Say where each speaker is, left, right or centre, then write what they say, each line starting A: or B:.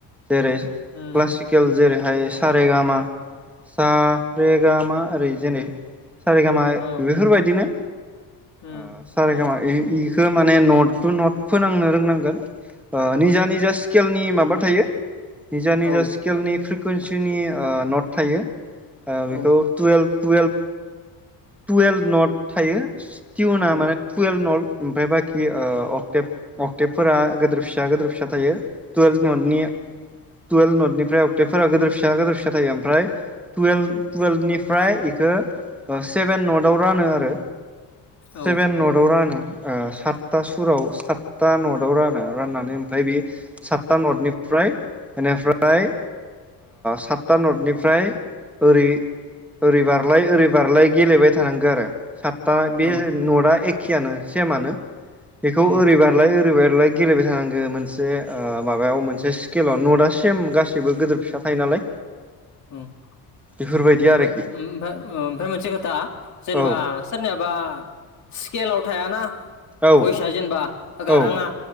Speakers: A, in the centre; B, on the left.
A: जेरै
B: उम
A: क्लासिकेल जेरैहाय स रे गा मा स रे गा मा ओरै जेरै सारेगामा
B: औ
A: बेफोरबायदिनो
B: उम
A: ओ सारे खामा इख माने नट थु नट फोनांनो रोंनांगोन। ओ निजा निजा स्केलनि माबा थायो। निजा निजा
B: औ
A: स्केलनि फ्रिकुवेन्सिनि नट थायो बेखौ
B: औ
A: टुवेल्भ टुवेल्भ। टुवेल्भ नट थायो टिउना
B: औ अ
A: माने टुवेल्भ नट। ओमफ्राय बाखि अक्टेब अक्टेबफोरा गिदिर फिसा गिदिर फिसा थायो। टुवेल्भ नटनि टुवेल्भ नटनिफ्राय अक्टेफोरा गिदोर फिसा गदोर फिसा थायो ओमफ्राय टुेल्भ टुयेल्भनिफ्राय बेखौ सेभेन नटआव रानो आरो
B: औ
A: सेभेन नटआव रानो। सातथा सुराव सातता नटआव रानो राननानै ओमफ्राय बे सातता नथनि मफ्राय बेनिफ्राय सातथा नटनिफ्राय ओरै बारलाय ओरै बारलाय। गेलेबाय थानांगौ आरो सातथा
B: औ
A: बे नटआ एखेयानो सेमानो। बेखौ
B: औ
A: ओरैबारलाय ओरैबार। गेलेबाय थानांगो मोनसे माबायाव मोनसे स्केलाव न सेम ग गासैबो गिदिर फिसा थायो नालाय।
B: ओ ओफ्राय
A: बेफोरबायदि आरोखि
B: ओमफ्राय मोनसे दा जेनेबा
A: औ
B: सोरनियाबा स्केलाव थायाना
A: औ
B: फैसा जेनेबा एगाराङा
A: औ